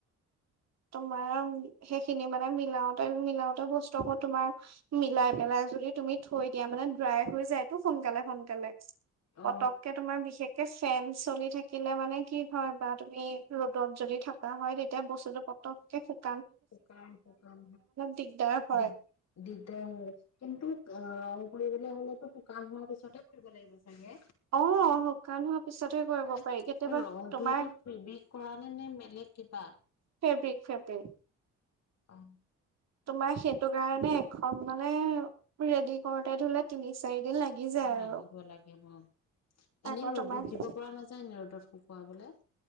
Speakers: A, on the right (about 60°); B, on the left (about 60°).
A: তোমাৰ সেইখিনি মানে মিলাওতে মিলাওতে বস্তুবোৰ তোমাৰ মিলাই পেলাই যদি তুমি থৈ দিয়া, মানে ড্ৰাই হৈ যায়টো সোনকালে সোনকালে।
B: অ
A: পতককে তোমাৰ বিশেষ ফেন চলি থাকিলে মানে কি হয় বা তুমি, ৰ'দত যদি থকা হয় তেতিয়া বস্তু পটকে খ
B: সকাম সকাম
A: দিগদাৰ হয়।
B: দি <unintelligible> দিগদাৰ হয়, কিন্ত অ ৰং উৰিলৈ হ'লেতো শুকান হোৱাৰ পিছতে কৰিব লাগিব ৰংটো
A: অ শুকান হোৱাৰ পিছতহে কৰিব পাৰি কেতিয়াবা তোমাৰ
B: এইটো ফেব্ৰিক কৰা নে নে বেলেগ কিবা?
A: ফেব্ৰিক ফেব্ৰিক
B: অ
A: তোমাৰ সেই সেইটো কাৰণে এখন মানে ৰেডি কৰোতে ধৰিলে তিনি, চাৰি দিন লাগি যায়
B: অ', লাগিব,
A: আৰু।
B: লাগিব। এনেই
A: আকৌ
B: ৰ'দত
A: তোমাৰ এ
B: দিব পৰা নাযায় নি ৰ'দত শুকুৱাবলে।